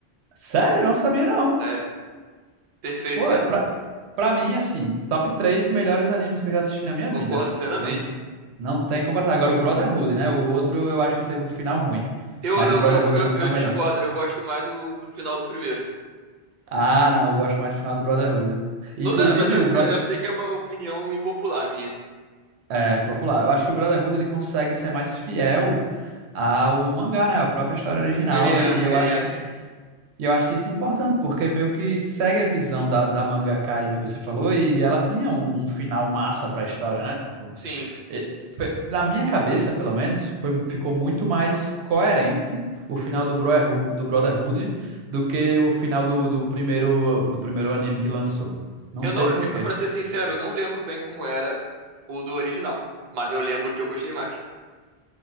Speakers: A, on the right; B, on the right.
A: sério, não sabia não.
B: Sério. Perfeito,
A: Pô,
B: né?
A: pra, pra mim, assim, top três melhores animes que eu já assisti na minha
B: Concordo
A: vida.
B: plenamente.
A: Não, não tem comparação. Agora, o Brotherhood, né? O outro eu acho que teve um final ruim,
B: Eu,
A: mas
B: eu,
A: o Brotherhood
B: eu, eu,
A: tem um final
B: eu discordo,
A: melhor.
B: eu gosto mais do, do final do primeiro.
A: Ah, não, eu gosto mais do final do Brotherhood.
B: Não,
A: Inclusive,
B: dá, mas é-
A: o, Bro
B: eu, eu sei que é uma opinião impopular minha.
A: É, impopular. Eu acho que o Brotherhood ele consegue ser mais fiel ao mangá, né? A própria história original.
B: Ele é,
A: E eu
B: ele
A: acho
B: é assim.
A: que, e eu acho que isso é importante, porque meio que segue a visão da, da Kai que você falou, e ela tinha um, um final massa pra história, né? Tipo,
B: Sim.
A: e- fe- na minha cabeça, pelo menos, foi, ficou muito mais coerente o final do Brotherhood, do Brotherhood do que o final do, do primeiro, do primeiro anime que lançou. Não
B: Eu
A: sei
B: não,
A: por quê.
B: pra ser sincero, eu não lembro bem como era o do original. Mas eu lembro que eu gostei mais.